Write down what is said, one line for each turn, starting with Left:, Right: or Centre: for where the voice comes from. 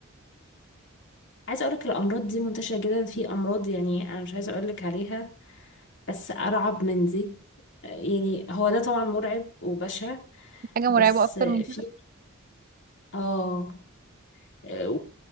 Left: عايزه اقولك الامراض دي منتشره جدا في امراض يعني انا مش عايزه اقولك عليها بس ارعب من دي آه، يعني هو ده طبعا مرعب وبشع
Right: حاجة
Left: بس
Right: مرعبة اكتر
Left: في
Right: من كده
Left: اه آه،